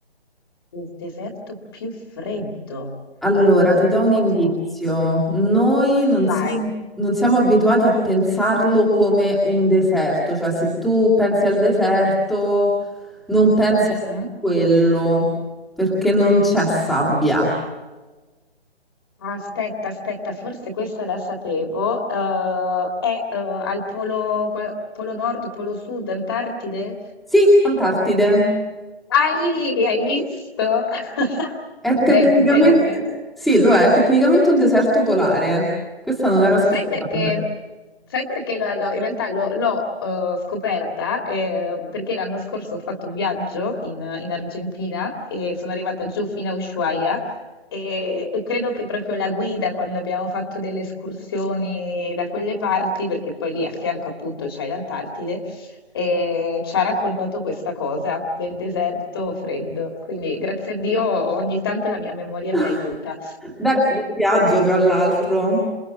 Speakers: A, on the left; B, in the centre.
A: Il deserto più freddo.
B: Allora, ti do un indizio.
A: Ok,
B: Noi non
A: vai.
B: siamo, non siamo abituati a pensarlo come un deserto, cioè se tu pensi al deserto, non pensi
A: Mhm.
B: a quello, perché non c'è sabbia.
A: Aspetta, aspetta, forse questa la sapevo. eh, è eh, al polo, polo- polo nord, polo sud, Antartide?
B: Sì, Antartide.
A: Ah, lì, hai visto? <laughs>
B: È tecnicamente,
A: Bene, bene, bene.
B: sì, lo è, è tecnicamente un deserto polare. eh. Questa non era
A: Ma
B: scontata.
A: sai perché? Sai perché lo- lo- in realtà lo- l'ho eh, scoperta? eh, perché l'anno scorso ho fatto un viaggio in, in Argentina e sono arrivata giù fino a Ushuaia e, e credo che proprio la guida quando abbiamo fatto delle escursioni da quelle parti, perché poi lì a fianco appunto c'è l'Antartide, eh, ci ha raccontato questa cosa del deserto freddo. Quindi grazie a Dio ogni tanto la mia memoria
B: <laughs>
A: mi aiuta.
B: Da che viaggio, tra l'altro.